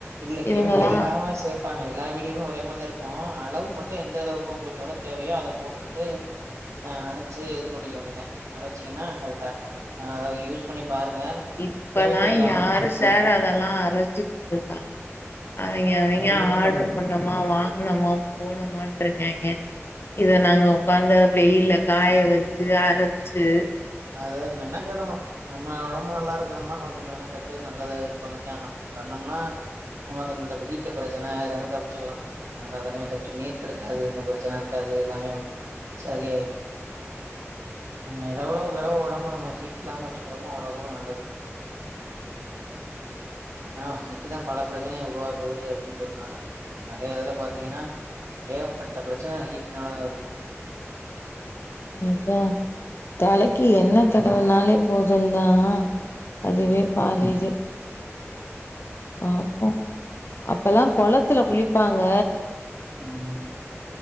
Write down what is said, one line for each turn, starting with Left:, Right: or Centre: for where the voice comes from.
Right: இல்ல
Left: இவங்கல்லா
Right: கெமிக்கல் இல்லாம சேப்பாங்க எல்லா வீடியோமே ஒரே மாதிரிதா இருக்கு அளவு மட் து எந்த அளவுக்கு உங்களுக்கு எவ்ளவு தேவையோ அத போட்டுக்கிட்டு ஆ அரைச்சு இது பண்ணிக்க வேண்டியதுதா அரைச்சீங்கன்னா கரெக்டா இருக்கு ஆ அத யூஸ் பண்ணி பாருங்க.
Left: இப்பல்லா
Right: கெமிக்கல் இல்லாம
Left: யாரு
Right: தான்.
Left: சார் அதெல்லா அரைச்சிட்ருக்கா அவிங்க-அவிங்க
Right: அது என்ன
Left: ஆர்டரு
Right: பண்றது?
Left: பண்ணமா வாங்குனமா போணமான்ட்டு ஏங்க இத நாங்க உக்காந்து வெயில்ல காய வச்சு அரைச்சு
Right: அது மெனக்கெடணு <unintelligible> நம்ம நல்லா இருக்கணுன்னா கொஞ்ச மெனக்கெட்டு நல்லது இது பண்ணித்தா ஆகணு பண்ணோம்னா நமக்கு இந்த ஹீட் பிரச்சன இதலிருந்து தப்பிச்சிக்கலா <unintelligible> நீர் கடுக்காது இந்த பிரச்சனை இருக்காது எல்லாமே வரும் சரியாயிரு நம்ம எவ் ளவு ஒடம்ப நம்ம ஹீட் இல்லாம வச்சுக்கிறோமோ அவ்ளவளவு நல்லது ஆ ஹீட்டுதா பல பிரச்சனைய உருவாக்குது அப்டின்னு சொன்னாங்க நெறைய இதுல பாத்தீங்கன்னா ஏகப்பட்ட பிரச்சனை ஹீட்னாலதா வருது
Left: அதான் தலைக்கி என்ன தடவுனாலே போதும்தா
Right: ம்.
Left: அதுவே பாதி இது பாப்போ அப்பல்லா கொளத்துல குளி ப்பாங்க
Right: நம்ம